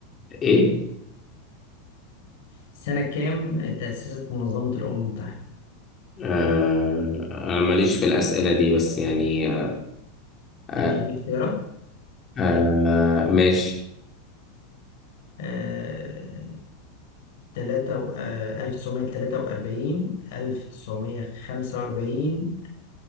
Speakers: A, on the left; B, on the left.
A: ايه؟
B: سنة كام تأسست منظمة الأمم المتحدة؟
A: آه أنا ماليش في الأسئلة دي بس يعني آه
B: أديك اختيارات
A: آه ماشي
B: آه، تلاتة و- آه، 1943 1945